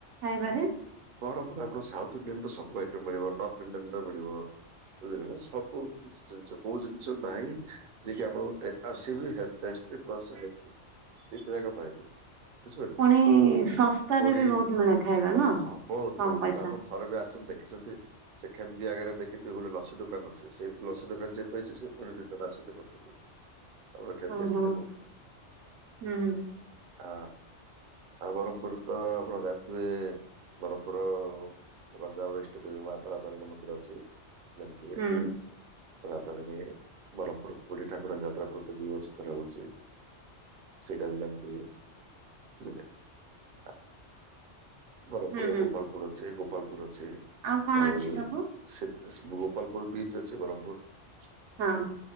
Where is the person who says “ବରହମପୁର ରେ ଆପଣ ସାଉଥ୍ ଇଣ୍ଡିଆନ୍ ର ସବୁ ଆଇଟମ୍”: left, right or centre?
Right